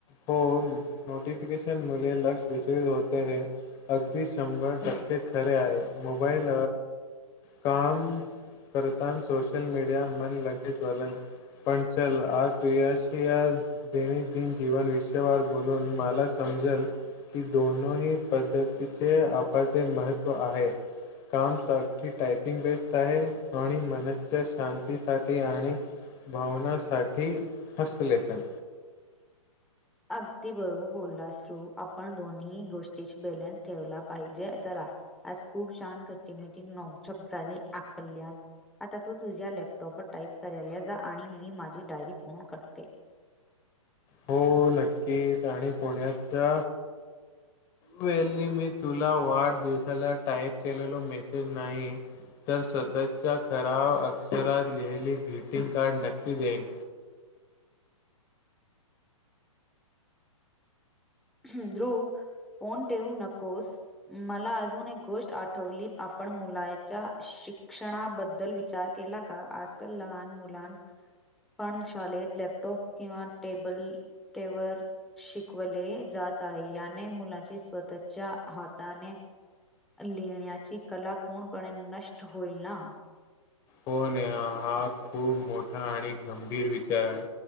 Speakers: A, on the left (about 20°); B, in the centre.
A: हो नोटिफिकेशन मुले लक्ष विचलित होते है अगदी शंभर टक्के खरे आहे मोबाईल काम, करताना सोशल मीडिया मन लगेच वलन पण चल आ तू यश, या दैनंदिन जीवन विश्वार बोलून मला समजल कि दोनोही पद्धतीचे आप ते महत्त्व आहे काम सा टायपिंग बेस्ट आहे आणि मनच्या शांतीसाठी आणि भावनासाठी हस्तलेखन.
B: अगदी बरोबर बोललास्रू आपण दोन्ही गोष्टी बॅलन्स ठेवला पाहिजे, आज खूप छान घट्टीमटी नौचक झाली आपल्यात, आता तू तुझ्या लॅपटॉपवर टाइप करायला जा आणि मी माझी डायरी फोन काढते
A: हो नक्कीच आणि पुण्याचा वेल्ली मी तुला वाढदिवसाला टाईप केलेलो मेसेज नाही तर स्वतःच्या खराव अक्षरात लिहिली ग्रीटिंग कार्ड नक्की देईन
B: हम्म ध्रुव फोन ठेऊ नकोस मला अजून एक गोष्ट आठवली आपण मुलाच्या शिक्षणाबद्दल विचार केला का आजकाल लहान मुलांना पण शाळेत लॅपटॉप किंवा टेबल तेवर शिकवले जात आहे याने मुलाचे स्वतःच्या हाताने लिहिण्याचं कला पूर्णपणे नष्ट होईल ना
A: हो नेहा खूप मोठा आणि गंभीर विचार आहे